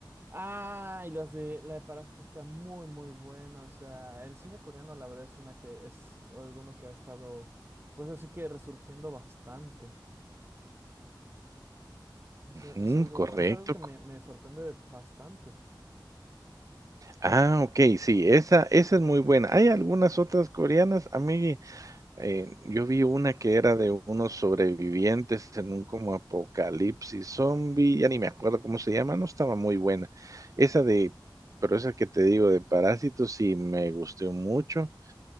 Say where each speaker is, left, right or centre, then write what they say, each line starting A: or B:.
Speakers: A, on the right; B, on the right.
A: Ah, y las de la de Parásito está muy, muy buena, o sea, el cine coreano la verdad es una que es alguno que ha estado, pues así que resurgiendo bastante. Es, es
B: Ujú,
A: algo,
B: correcto.
A: es algo que me, me sorprende bastante.
B: Ah, okey, sí, esa esa es muy buena. Hay algunas otras coreanas, a mí Eh, yo vi una que era de unos sobrevivientes en un como apocalipsis zombie, ya ni me acuerdo cómo se llama, no estaba muy buena. Esa de, pero esa que te digo de Parásitos sí me gustó mucho.